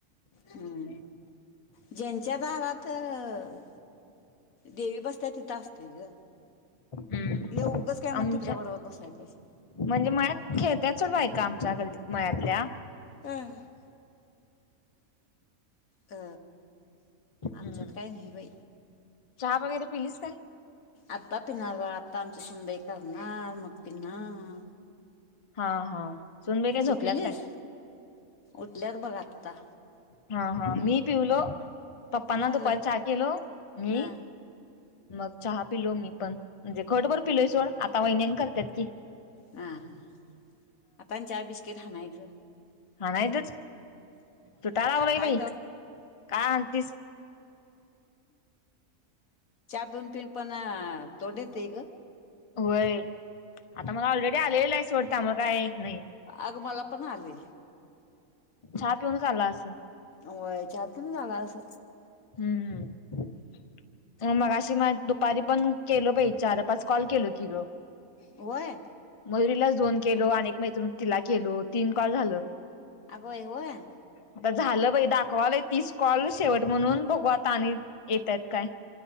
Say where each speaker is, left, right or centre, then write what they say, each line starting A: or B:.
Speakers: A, on the left (about 65°); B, on the left (about 45°).
A: हम्म ज्यांच्या दारात अ, देवी बसत्यात तिथं असतंय गं.
B: हम्म
A: ए ऊगच काय म
B: आमच्या
A: टिपऱ्या बडवत बसाय पायजे.
B: म्हणजे मळ्यात खेळत्यात सोडं बायका आमच्या गल्लीत. मळ्यातल्या.
A: अ अ आमच्यात
B: हम्म.
A: काय नाही बाई.
B: चहा वगैरे पिलीस काय?
A: आता पिणार बाळा, आता आमची सूनबाई करणार मग पिणार.
B: हा हा, सूनबाई काय
A: तू
B: झोपल्यात
A: पिलीस
B: काय?
A: उठल्यात बघ आत्ता.
B: हा हा, मी पिवलो पप्पांना
A: झालं
B: दुपारी चा केलो मी.
A: हा
B: मग चहा पिलो मी पण, म्हणजे घोटभर
A: हम्म.
B: पिलोय सोड आता वहिनी अन करत्यात की.
A: हा हा, आता आणि चहा बिस्किट हानायचं.
B: हा नाहीतच तुटा लागलोय
A: हाय
B: बाई, का हाणतीस.
A: चा पिऊन पिऊन पण अ तोंड येतंय गं.
B: होय, आता मला ऑलरेडी आलेलं आहे सोड त्यामुळं काय नाही
A: अगं मला पण आलंय.
B: चहा पिऊनच आलं असल.
A: व्हय चहा पिऊनच आलं असल.
B: हम्म हम्म मगाशी मग दुपारी पण केलो बाय चार पाच कॉल केलो की गं,
A: होय
B: मयुरीलाच दोन केलो आणि एक मैत्रिण होती तिला केलो, तीन कॉल झालं.
A: अगं बाई गं.
B: आता झालं बाई दाखवालय तीस कॉल शेवट म्हणून, बघू आता आणि येतात काय.